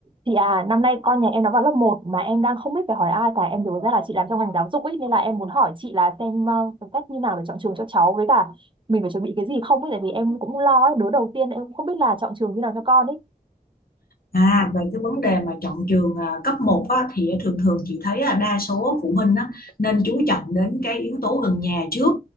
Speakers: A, on the right; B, on the left.
A: Chị à, năm nay con nhà em nó vào lớp một mà em đang không biết phải hỏi ai cả. Em nhớ ra là chị làm trong ngành giáo dục ấy nên là em muốn hỏi chị là xem ờ, cái cách như nào để chọn trường cho cháu với cả mình phải chuẩn bị cái gì không ấy tại vì em cũng lo ấy, đứa đầu tiên em cũng không biết là chọn trường như nào cho con ấy.
B: À, về cái vấn đề mà chọn trường à, cấp một á, thì thường thường chị thấy là đa số phụ huynh á, nên chú trọng đến cái yếu tố gần nhà trước